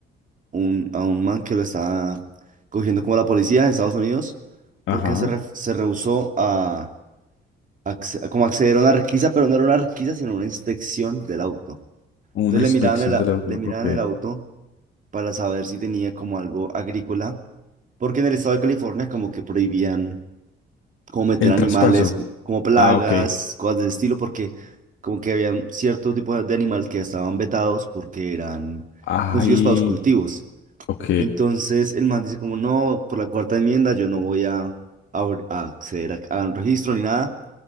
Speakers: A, on the right (about 40°); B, on the left (about 75°).
A: un, a un man que lo estaba cogiendo como la policía en Estados Unidos
B: Ajá.
A: porque se, re- se rehusó a, acce- a como acceder a una requisa, pero no era una requisa, sino una inspección del auto.
B: Una
A: Entonces
B: inspección
A: le miraban el, a-
B: del auto.
A: le miraban
B: Ok.
A: el auto para saber si tenía como algo agrícola, porque en el estado de California como que prohibían como meter
B: El
A: animales,
B: traspaso.
A: co- como plagas,
B: Ah, ok.
A: cosas de ese estilo, porque como que habían ciertos tipos de animales que estaban vetados porque eran
B: Ay,
A: no nocivos para los cultivos.
B: ok.
A: Entonces el man dice como, no, por la cuarta enmienda yo no voy a, a abr- a acceder a, a un registro ni nada.